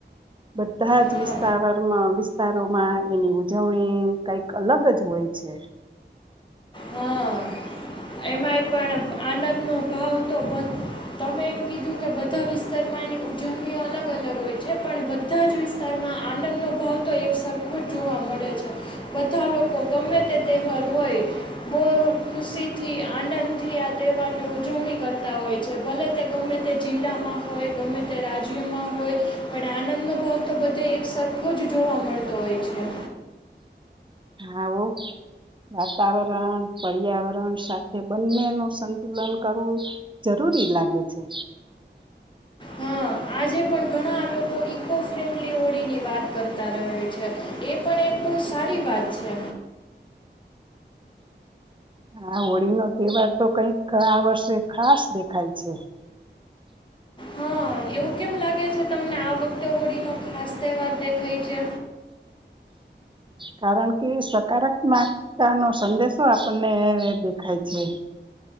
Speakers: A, on the right; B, on the left.
A: બધા
B: હા
A: જ વિસ્તાવરમાં વિસ્તારોમાં એની ઉજવણી કઈક અલગ જ હોય છે.
B: હા એમાંય પણ આનંદનો ભાવ તો તમે એમ કીધું કે બધા વિસ્તારમાં એની ઉજવણી અલગ અલગ હોય છે પણ બધા જ વિસ્તારમાં આનંદનો ભાવ તો એક સરખો જ જોવા મળે છે બધા લોકો ગમે તે તહેવાર હોય. બહુ ખુશીથી આનંદથી આ તહેવારની ઉજવણી કરતા હોય છે ભલે તે ગમે તે જિલ્લામાં હોય ગમે તે રાજ્યમાં હોય પણ આનંદનો ભાવ તો બધે એક સરખો જ જોવા મળતો હોય છે.
A: આવો વાતાવરણ પર્યાવરણ સાથે બંનેનું સંતુલન કરવું જરૂરી લાગે છે.
B: હા આજે પણ ઘણા લોકો ઈકો ફ્રેન્ડલી હોળી ની વાત કરતા રહે છે એ પણ એક બઉ સારી વાત છે.
A: હા હોળી નો તહેવાર તો કઈક આ વર્ષે ખાસ દેખાય છે.
B: હા એવું કેમ લાગે છે તમને આ વખતે હોળી ન ખાસ તહેવાર દેખાય છે
A: કારણ કે સકારાત્મકતા નો સંદેશો આપણને દેખાય છે.